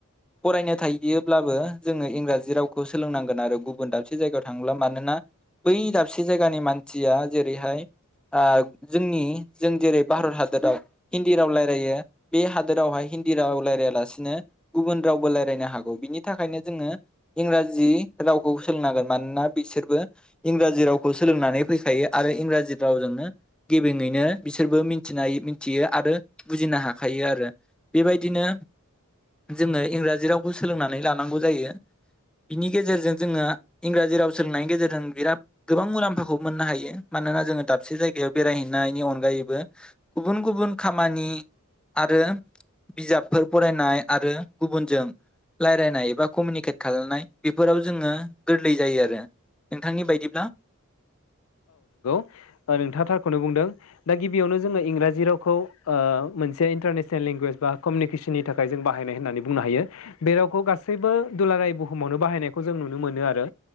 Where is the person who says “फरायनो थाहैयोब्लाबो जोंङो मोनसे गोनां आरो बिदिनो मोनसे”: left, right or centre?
Centre